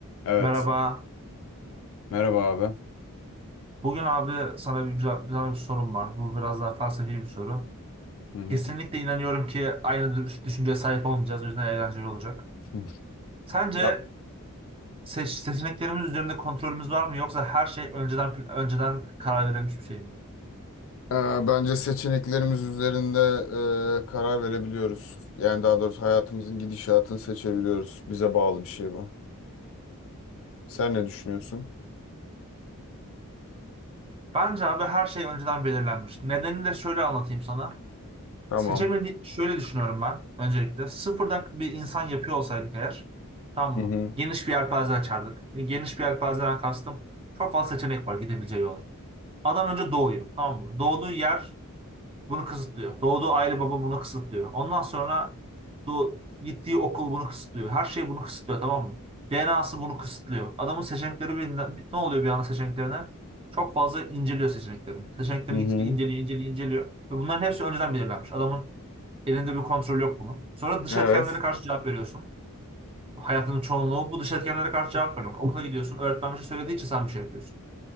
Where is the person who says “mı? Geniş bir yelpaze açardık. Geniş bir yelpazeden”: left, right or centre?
Right